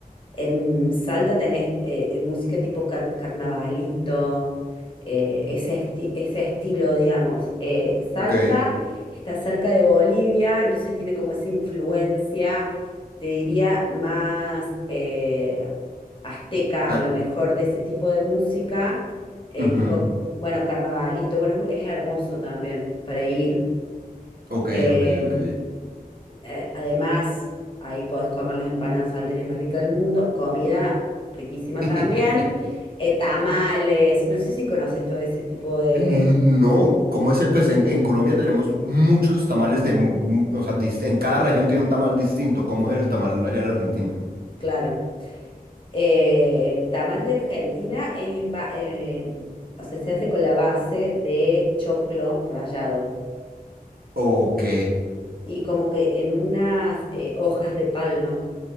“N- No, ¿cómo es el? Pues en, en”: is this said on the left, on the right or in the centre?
Right